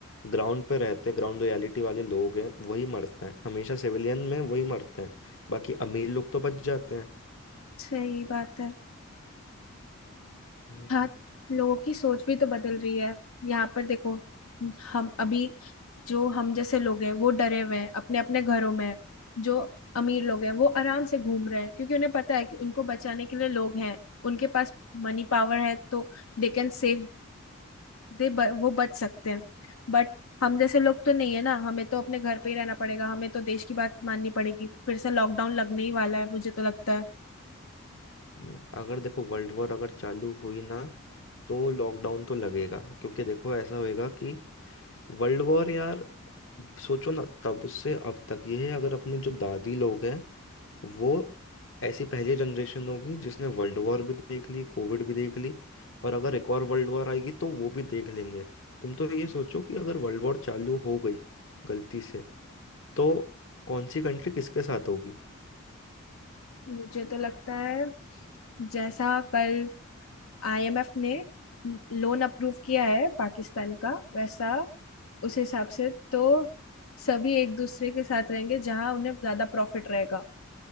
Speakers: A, on the left; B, on the left.
A: ग्राउंड पे रहते हैं ग्राउंड रियलिटी वाले लोग हैं वही मरते हैं हमेशा सिविलियन में वही मरते हैं बाकी अमीर लोग तो बच जाते हैं
B: सही बात है
A: हम्म।
B: हाँ लोगों की सोच भी तो बदल रही है यहाँ पर देखो हम अभी जो हम जैसे लोग हैं वो डरे हुए हैं अपने अपने घरों में हैं। जो अमीर लोग हैं वो आराम से घूम रहे हैं क्योंकि उन्हें पता है कि उनको बचाने के लिए लोग हैं उनके पास मनी पावर है तो दे कैन सेव दे वो बच सकते हैं बट हम जैसे लोग तो नहीं है ना हमें तो अपने घर पे ही रहना पड़ेगा हमें तो देश की बात माननी पड़ेगी फिर से लॉकडाउन लगने ही वाला है मुझे तो लगता है
A: नहीं, अगर देखो वर्ल्ड वॉर अगर चालू हुई ना तो लॉकडाउन तो लगेगा क्योंकि देखो ऐसा होएगा कि वर्ल्ड वॉर यार सोचो ना तब से अब तक ये है अगर अपने जो दादी लोग हैं वो ऐसी पहली जनरेशन होगी जिसने वर्ल्ड वॉर भी देख ली कोविड भी देख ली और अगर एक और वर्ल्ड वॉर आएगी तो वो भी देख लेंगे तुम तो ये सोचो कि अगर वर्ल्ड वॉर चालू हो गई गलती से तो कौन सी कंट्री किसके साथ होगी
B: मुझे तो लगता है जैसा कल आईएमएफ ने लोन अप्रूव किया है पाकिस्तान का वैसा उस हिसाब से तो सभी एक दूसरे के साथ रहेंगे जहां उन्हें ज्यादा प्रॉफिट रहेगा